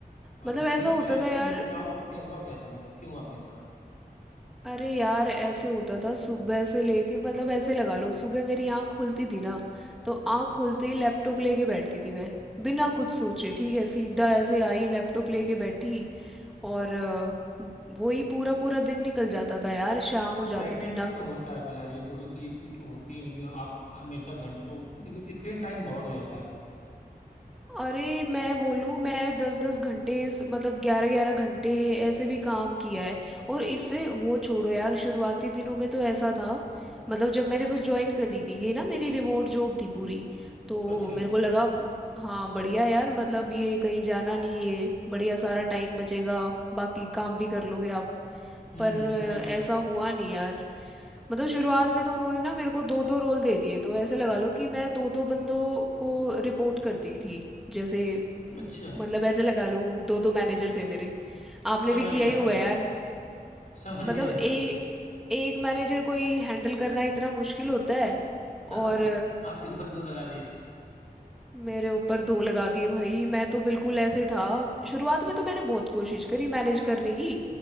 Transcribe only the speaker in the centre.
मतलब
ऐसा
होता
था यार
अरे यार ऐसे होता था सुबह से लेके मतलब ऐसे लगा लो सुबह मेरी आँख खुलती थी ना तो आँख खुलते ही लैपटॉप लेके बैठती थी मैं बिना कुछ सोचे ठीक है सीधा ऐसे आई लैपटॉप लेके बैठी और अ, वही पूरा पूरा दिन निकल जाता था यार शाम
हो
जाती थी ना
अरे मैं बोलूँ मैं दस दस घंटे इस- मतलब ग्यारह ग्यारह घंटे ऐसे भी काम किया है और इससे वो छोड़ो यार शुरुआती दिनों में तो ऐसा था मतलब जब मैंने बस ज्वाइन करी थी ये ना मेरी रिमोट जॉब थी पूरी तो
मेरे को लगा हाँ बढ़िया यार मतलब ये कहीं जाना नहीं है बढ़िया सारा टाइम बचेगा बाकी काम भी कर लोगे आप
पर
ऐसा हुआ नहीं यार मतलब शुरुआत में तो उन्होंने ना मेरे को दो दो रोल दे दिए तो ऐसे लगा लो कि मैं दो दो बंदों को रिपोर्ट करती थी जैसे म,
मतलब ऐसे लगा लो दो दो मैनेजर थे मेरे आपने
भी किया
ही होगा
यार
मतलब
ए, एक मैनेजर को ही हैंडल करना इतना मुश्किल होता है
और
मेरे ऊपर दो लगा दिए भाई मैं तो बिल्कुल ऐसे था शुरुआत में तो मैंने बहुत कोशिश करी मैनेज करने की